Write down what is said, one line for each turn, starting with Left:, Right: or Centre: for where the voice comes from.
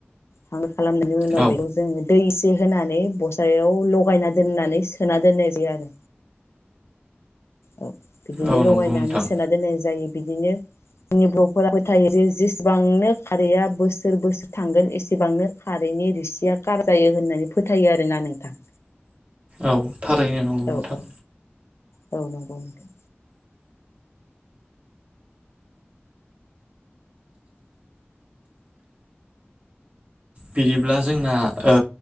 Left: थांदो खालामनायनि उनाव
Right: औ
Left: बेखौ जोङो दै इसे होनानै बसायाव लगायना दोननानै सोना दोननाय जायो आरो औ बिदिनो
Right: औ नंगौ
Left: लगायनानै
Right: नोंथां
Left: सोना दोननाय जायो। बिदिनो जोंनि बर'फोरा फोथायो जे जेसेबांनो खारैआ बोसोर बोसोर थांगोन एसेबांनो खारैनि रिसिया कार जायो होननानै फोथायो आरोना नोंथां।
Right: औ थारायनो नंगौ
Left: औ
Right: नोंथां।
Left: औ औ नंगौ नोंथां।
Right: बिदिब्ला जोंना ओ